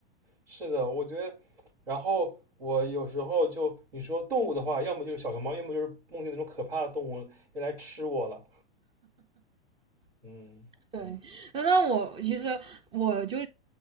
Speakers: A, on the right (about 75°); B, on the right (about 15°).
A: 是的，我觉得，然后我有时候就你说动物的话，要么就是小熊猫，要么就是梦见那种可怕的动物要来吃我了。嗯
B: 对，那我其实我就